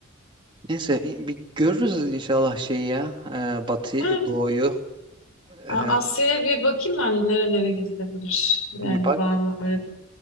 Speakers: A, on the right; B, on the left.
A: Neyse i- bir görürüz inşallah şeyi ya e, Batı
B: Yani
A: Doğu'yu
B: A-
A: E,
B: Asya'ya bir bakayım ben nerelere gidilebilir. Yani
A: bir bak.
B: var mı öyle